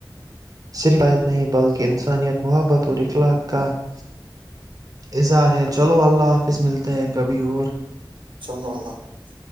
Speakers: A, on the right; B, on the right.
A: صرف فایت نہیں بلکہ انسانیت محبت اور اخلاق کا <inaudible> اظہار ہے چلو اللہ حافظ ملتے ہیں کبھی اور
B: چلو اللہ حافظ